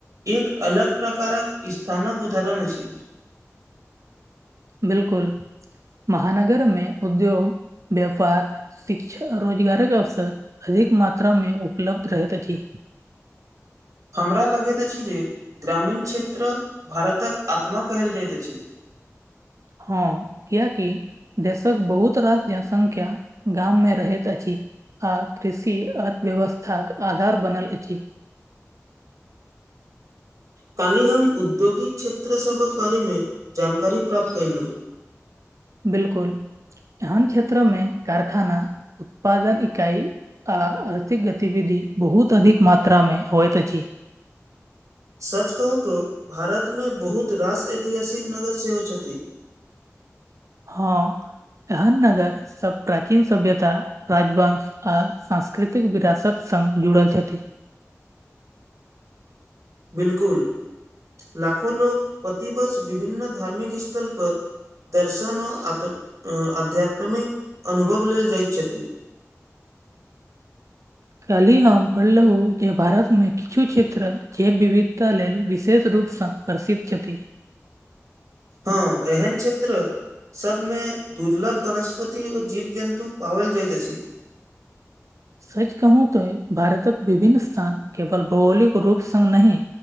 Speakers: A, on the right; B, on the right.
A: एक अलग प्रकारक स्थानक उदाहरण अछि
B: बिलकुल महानगर मे उद्योग व्यापार शिक्ष रोजगारक अवसर अधिक मात्रामे उपलब्ध रहैत अछि
A: हमरा लगैत अछि जे ग्रामीण क्षेत्र भारतक आत्मा कहेल जाइत अछि
B: हँ किए कि देशक बहुत रास जनसंख्या गाम मे रहैत अछि आ कृषि अर्थव्यवस्थाक आधार बनल अछि
A: काल्हि हम औद्योगिक क्षेत्र सभक बारेमे जानकारी प्राप्त कएलु
B: बिलकुल एहन क्षेत्र में कारखाना उत्पादन इकाई आ अर्थिक गतिविधि बहुत अधिक मात्रा मे होइत अछि
A: सच कहू तऽ भारतमे बहुत रास ऐतिहासिक नगर सेहो छथि
B: हँ एहन नगर सब प्राचीन सभ्यता राजवंश आ सांस्कृतिक विरासत संग जुड़ल छथि
A: बिलकुल लाखो लोक प्रतिवर्ष विभिन्न धार्मिक स्थल पर दर्शन आत्म आध्यात्मिक अनुभव लेल जाइत छथि
B: काल्हि हम पढ़लहु जे भारत में किछु क्षेत्र जैव विविधता लेल विशेष रूपसँ प्रसिद्ध छथि
A: हँ एहन क्षेत्र सब मे दुर्लभ वनस्पति और जीव जन्तु पाओल जाइत अछि
B: सच कहू तो भारतक विभिन्न स्थान केवल भौगोलिक रूप संग नहि